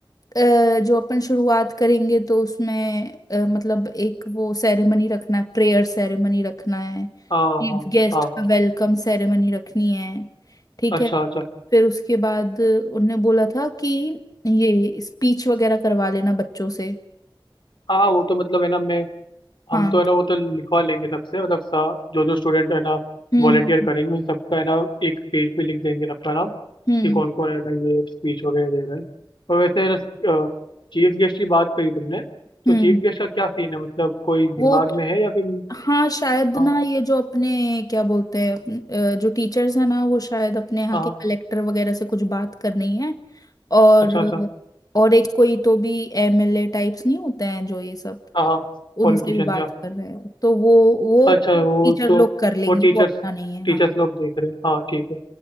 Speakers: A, on the left (about 45°); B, on the left (about 65°).
A: अ, जो अपन शुरुआत करेंगे तो उसमें अ, मतलब एक वो सेरेमनी रखना है प्रेयर सेरेमनी रखना है
B: हाँ
A: चीफ
B: हाँ
A: गेस्ट
B: हाँ,
A: का वेलकम सेरेमनी रखनी है ठीक
B: अच्छा
A: है
B: अच्छा
A: फिर उसके बाद उनने बोला था कि ये स्पीच वगैरह करवा लेना बच्चों से
B: हाँ हाँ, वो तो मतलब है ना मैं
A: हाँ
B: हम तो है ना वो तो लिखवा लेंगे सबसे मतलब सा, जो जो स्टूडेंट है ना
A: हम्म
B: वॉलेंटियर करेंगे उन सबका है ना एक पेज पे लिख देंगे सबका नाम
A: हम्म
B: कि कौन कौन है ना ये स्पीच वगैरह दे रहा है और वैसे है ना चीफ गेस्ट की बात करी तुमने तो
A: हम्म
B: चीफ गेस्ट का क्या सीन है मतलब कोई दिमाग
A: वो तो
B: में है या फिर
A: हाँ शायद
B: हाँ
A: ना ये जो अपने क्या बोलते हैं अपने- अ, जो टीचर्स हैं ना वो शायद अपने यहाँ
B: हाँ
A: के
B: हाँ,
A: कलेक्टर वगैरह से कुछ बात करनी है और
B: अच्छा अच्छा
A: और एक कोई तो भी एमएलए टाइप्स नहीं होते हैं जो ये सब
B: हाँ हाँ पॉलिटिशियन
A: उनसे भी बात कर रहे हैं तो वो वो
B: अच्छा
A: तो
B: वो
A: टीचर
B: तो
A: लोग कर लेंगे
B: वो टीचर्स
A: वो अपना नहीं है
B: टीचर्स
A: हाँ
B: लोग देख रहे हैं हाँ ठीक है